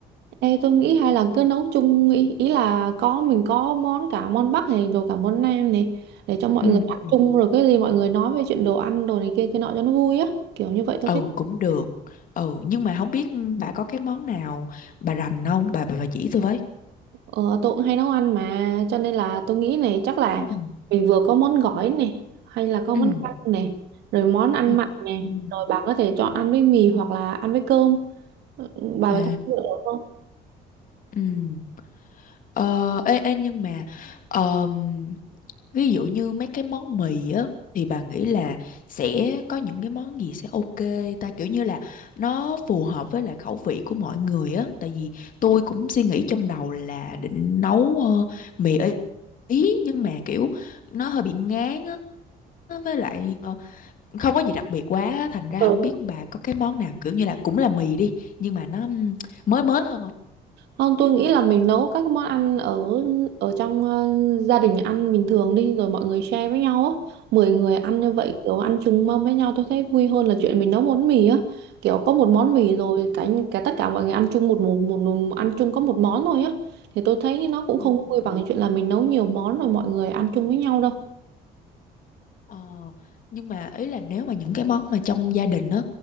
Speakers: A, on the right; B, on the left.
A: Ê tôi nghĩ hay là cứ nấu chung ý, ý là có mình có món cả món Bắc này rồi cả món Nam này để cho mọi
B: ừ
A: người ăn
B: ừ
A: chung rồi cái gì mọi người nói về chuyện đồ ăn đồ này kia kia nọ cho nó vui á kiểu như vậy tôi
B: ừ
A: thích.
B: cũng được ừ nhưng mà không biết bà có cái món nào bà rành không bà bà, bà chỉ tôi với
A: Ờ, tôi cũng hay nấu ăn mà cho nên là tôi nghĩ này chắc là
B: ừ
A: mình vừa có món gỏi này hay là có
B: ừ
A: món canh này rồi món ăn
B: ừ
A: mặn này
B: ừ.
A: rồi bà có thể chọn ăn với mì hoặc là ăn với cơm Ừ, bà
B: à
A: bà thấy được không?
B: ừ ờ ê ê nhưng mà ờm, Ví dụ như mấy cái món mì á thì bà nghĩ là sẽ có những cái món gì sẽ ok ta kiểu như là nó phù hợp với lại khẩu vị của mọi người á tại vì tôi cũng suy nghĩ trong đầu là định nấu ờ, mì Ý Ý, nhưng mà kiểu nó hơi bị ngán á với lại ờ, không có gì đặc biệt quá á. thành ra
A: Ừ.
B: không biết bà có cái món nào kiểu như là cũng là mì đi nhưng mà nó ừm, mới mới hơn không?
A: Không, tôi nghĩ là mình nấu các món ăn ở ở trong ờ, gia đình ăn bình thường đi rồi mọi người share với nhau á. 10 người ăn như vậy kiểu ăn chung mâm với nhau tôi thấy vui hơn là chuyện mình nấu món mì á. Kiểu có một món mì rồi cả cả tất cả mọi người ăn chung một một, một, một ăn chung có một món thôi á. Thì tôi thấy nó cũng
B: Ừ.
A: không
B: Ừ.
A: vui bằng cái chuyện là mình nấu nhiều món rồi mọi người ăn chung với nhau đâu.
B: Ờ, nhưng mà ý là nếu mà những cái món mà trong gia đình á